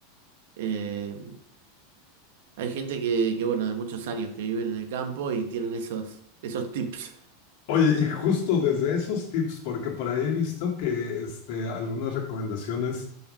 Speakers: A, on the right; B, on the left.
A: Eh, Hay gente que, que, bueno, de muchos años que viven en el campo y tienen esos, esos tips.
B: Oye, y justo desde esos tips, porque por ahí he visto que este, algunas recomendaciones